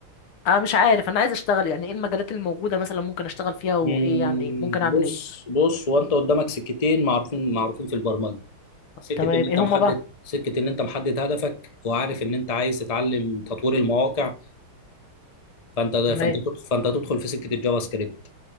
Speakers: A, on the left; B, on the left.
A: انا مش عارف انا عايز اشتغل يعني ايه المجالات الموجودة مثلا ممكن اشتغل فيها وايه
B: مم،
A: يعني ممكن اعمل
B: بص
A: ايه
B: بص هو انت قدامك سكتين معروفين معروفين في البرمجه سكه
A: تمام
B: ان انت
A: ايه
B: محدد
A: هما بقى
B: سكه ان انت محدد هدفك وعارف ان انت عايز تتعلم تطوير المواقع فانت فانت
A: تمام
B: تدخل فانت تدخل في سكه الجافا سكريبت